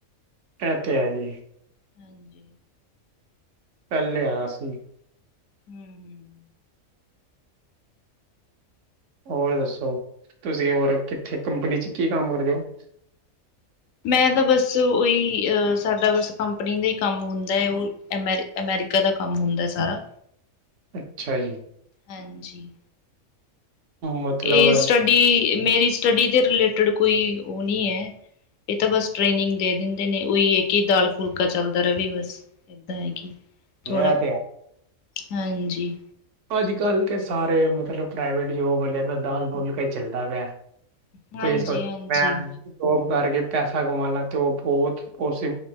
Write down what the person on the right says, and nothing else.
ਇ ਤੇ ਹੈ ਜੀ।
ਪਹਿਲਿਆਸੀਂ।
ਹੋਰ ਦੱਸੋ ਤੁਸੀਂ ਹੋਰ ਕਿੱਥੇ ਕੰਪਨੀ 'ਚ ਕੀ ਕੰਮ ਕਰਦੇ ਹੋ।
ਅੱਛਾ ਜੀ।
ਮਤਲਬ
ਇਹ ਤੇ
ਅੱਜ ਕੱਲ੍ਹ ਤਾਂ ਸਾਰੇ ਮਤਲਬ ਪ੍ਰਾਈਵੇਟ ਜੋਬ ਵਾਲਿਆਂ ਦਾ ਦਾਲ ਫੁਲ ਕੇ ਚੱਲਦਾ ਗ।
ਕੋਈ ਸੋਚ ਮੈਂ। ਜੋਬ ਕਰਕੇ ਪੈਸਾ ਕਮਾ ਲਣਾ ਤਾਂ ਉਹ ਬਹੁਤ ਪੋਸੀ